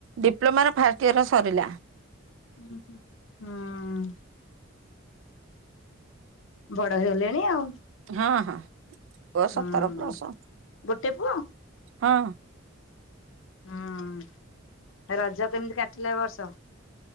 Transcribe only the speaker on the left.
ହଁ ହ। ବଡ ହେଇଗଲେଣି ଆଉ
ହୁଁ
ଗୋଟେ ପୁଅ?
ହୁଁ ରଜ କେମିତି କାଟିଲ ଏ ବର୍ଷ?